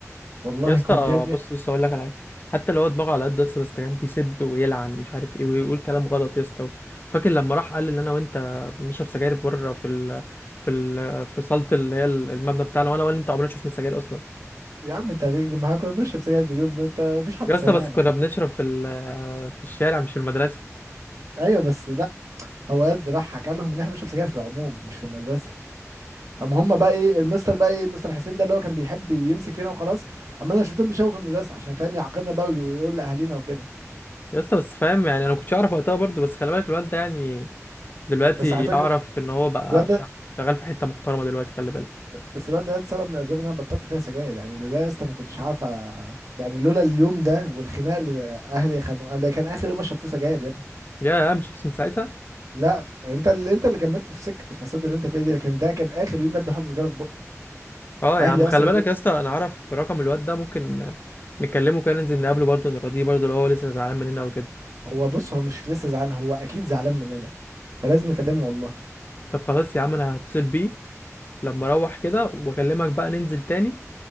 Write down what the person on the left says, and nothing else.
يا اسطى
بص بص هقول لك على حاجه حتى لو هو دماغه على قد بس بس كان بيسب ويلعن مش عارف ايه ويقول كلام غلط يا اسطى فاكر لما راح قال ان انا وانت بنشرب سجاير بره في ال... في ال... في صاله اللي هي المبنى بتاعنا وانا ولا انت عمرنا شفنا سجاير اصلا
يا
اسطى بس كنا بنشرب في ال... في الشارع مش في المدرسه
يا اسطى بس فاهم يعني انا ما كنتش اعرف وقتها برضه بس خلي بالك الواد ده يعني دلوقتي
اعرف ان هو بقى
شغ- شغال في حته محترمه دلوقتي خلي بالك
يا عم شيبس من ساعتها
اه
يا عم خلي
بالك
يا اسطى انا اعرف رقم الواد ده ممكن نكلمه كده ننزل نقابله برضه نراضيه برضه لو هو لسه زعلان مننا وكده
طب خلاص يا عم انا هتصل بيه لما اروح كده واكلمك بقى ننزل تاني